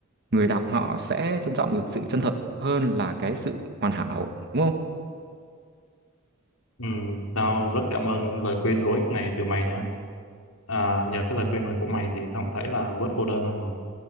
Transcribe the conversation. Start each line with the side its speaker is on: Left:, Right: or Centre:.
Right: người đọc họ sẽ trân trọng được sự chân thật hơn là cái sự hoàn hảo đúng không
Left: ừ, tao rất cảm ơn lời khuyên hữu ích này từ mày nha à, nhờ cái lời khuyên này của mày thì tao cũng thấy là bớt cô đơn hơn rồi